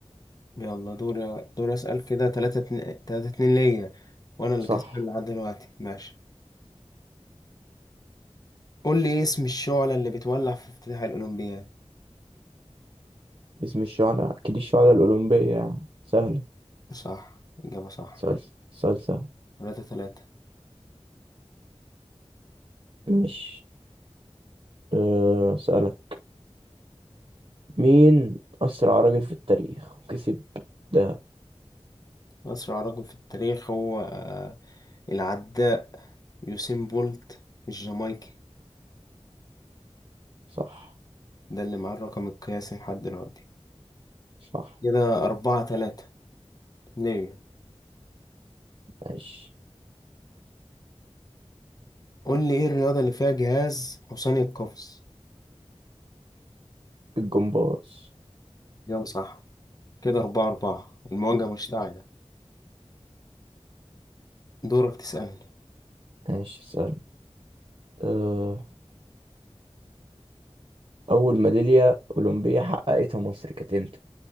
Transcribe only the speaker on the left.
يلا دور دور اسال كده تلاتة اتنين تلاتة اتنين ليا وانا اللي
كسبان لحد دلوقتي ماشي قول لي إيه اسم الشعلة اللي بتولع في افتتاح الاولمبياد
صح اجابة صح
تلاتة تلاتة
اسرع رجل في التاريخ هو آه، العداء يوسين بولت الجامايكي
ده اللي معاه الرقم القياسي لحد دلوقتي
كده أربعة تلاتة ليا
قول لي إيه الرياضة اللي فيها جهاز حصاني القفز
جاوب صح كده أربعة أربعة المواجهة مشتعلة دورك تسألني